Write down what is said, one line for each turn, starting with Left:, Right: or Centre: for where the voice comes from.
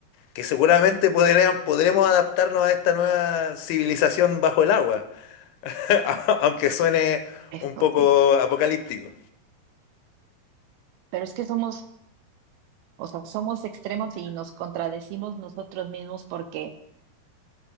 Left: que seguramente podremos, podremos adaptarnos a esta nueva civilización bajo el agua, <laughs> aunque suene
Right: Esto
Left: un poco
Right: sí.
Left: apocalíptico.
Right: Pero es que somos, o sea, somos extremos y nos contradecimos nosotros mismos porque,